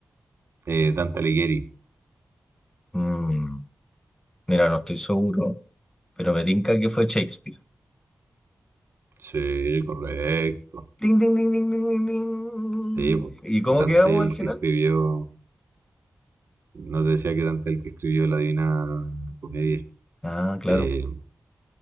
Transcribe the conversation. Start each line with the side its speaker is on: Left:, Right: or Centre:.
Right: eh, Dante Alighieri.
Left: Mm, mira, no estoy seguro, pero me tinca que fue Shakespeare.
Right: Sí, correcto.
Left: Ding, ding, ding, ding, ding, ding, ding.
Right: Sí, pues.
Left: ¿Y cómo
Right: Dante
Left: quedamos
Right: el
Left: al final?
Right: que escribió. Nos decía que Dante el que escribió la Divina Comedia.
Left: Ah, claro.
Right: Eh,